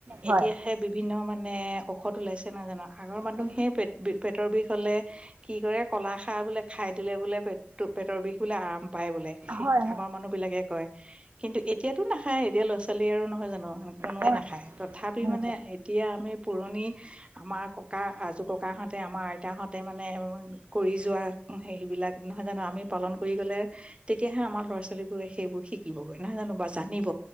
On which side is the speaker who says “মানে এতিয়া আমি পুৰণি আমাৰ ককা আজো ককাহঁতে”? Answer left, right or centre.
Right